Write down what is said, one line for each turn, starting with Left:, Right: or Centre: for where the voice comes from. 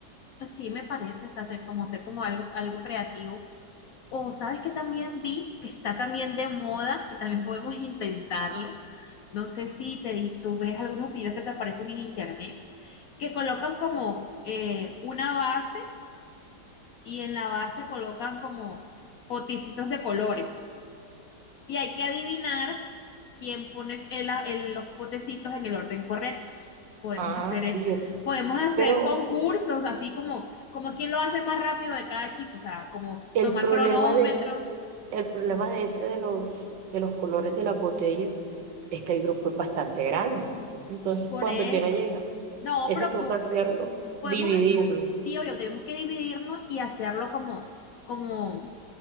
Left: Pues sí, me parece, o sea, hacer como hacer como algo, algo creativo. O sabes que también vi que está también de moda, que también podemos intentarlo. No sé si te, tú ves algunos videos que te aparecen en internet que colocan como eh, una base y en la base colocan como potecitos de colores. Y hay que adivinar quién pone el- el- los potecitos en el orden correcto. Podemos
Right: Ah,
Left: hacer,
Right: sí,
Left: eh,
Right: el-
Left: podemos hacer
Right: pero
Left: concursos, así como, como quién lo hace más rápido de cada equipo, o sea, como
Right: el
Left: tomar
Right: problema
Left: cronómetro,
Right: de, el problema de ese de los, de los colores de las botellas es que el grupo es bastante grande. Entonces,
Left: por
Right: cuando
Left: eso.
Right: quiera llega,
Left: No,
Right: ese
Left: pero
Right: toca
Left: po-
Right: hacerlo,
Left: podemos,
Right: dividirlo.
Left: hac- sí, obvio, tenemos que dividirnos y hacerlo como, como